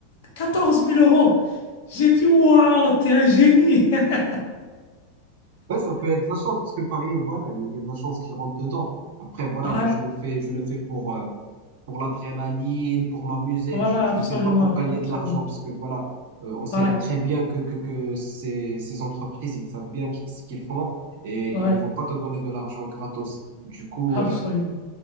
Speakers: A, on the left; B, on the right.
A: quatorze mille euros, j'ai dit, waouh, t'es un génie. <laughs>
B: Ouais, ça peut être de la chance, parce que parier, voilà, il y a de la chance qui rentre dedans. Après, voilà,
A: Ouais,
B: moi, je le fais, je le fais pour, euh, pour l'adrénaline, pour m'amuser.
A: voilà,
B: Je, je
A: absolument,
B: le fais pas pour gagner
A: absolument.
B: de l'argent, parce que voilà, euh, on sait
A: Ouais.
B: très bien que, que, que ces, ces entreprises, ils savent bien qui- ce qu'ils font et ils
A: Ouais,
B: ne vont pas te donner de l'argent gratos. Du coup,
A: absolument.
B: euh,